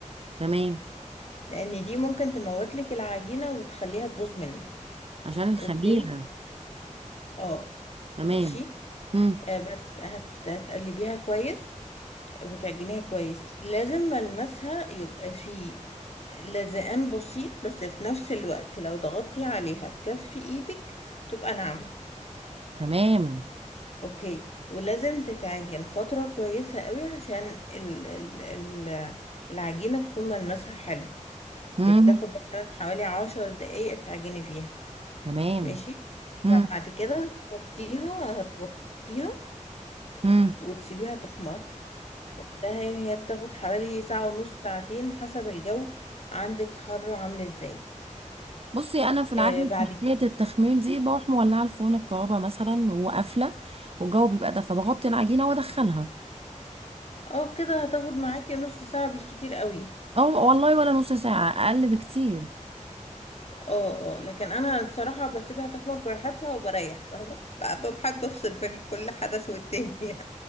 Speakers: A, on the right (about 50°); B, on the left (about 55°).
A: تمام
B: لان دي ممكن تموتلك العجينة وتخليها تبوظ منك
A: عشان الخميرة
B: اوكي اه
A: تمام
B: ماشي
A: امم
B: آه بس هت... هتقلبيها كويس وتعجنيها كويس لازم ملمسها يبقى فيه لزقان بسيط بس في نفس الوقت لو ضغطتي عليها بكف ايدك تبقى ناعمة
A: تمام
B: اوكي ولازم تتعجن فترة كويسة قوي عشان ال... ال... ال... العجينة تكون ملمسها حلو
A: امم
B: هي بتاخد مثلا حوالي عشر دقايق تعجني فيها
A: تمام
B: ماشي
A: امم
B: بعد كده هتحطيها هتغطيها
A: امم
B: وتسيبيها تخمر وقتها يعني هي بتاخد حوالي ساعة ونص ساعتين حسب الجو عندك حر عاملة ازاي
A: بصي انا في العاده
B: آه بعد
A: في حكايه
B: كده
A: التخمير دي بروح مولعه الفرن الكهرباء مثلا وقافله والجو بيبقى ده فبغطي العجينه وادخلها
B: اه كده هتاخد معاكي نص ساعة بالكتير قوي
A: او والله ولا نص ساعه اقل بكتير
B: اه اه لكن انا الصراحة بسيبها تخمر براحتها وبريح فاهمة ب- بحب افصل بين كل حدث والتاني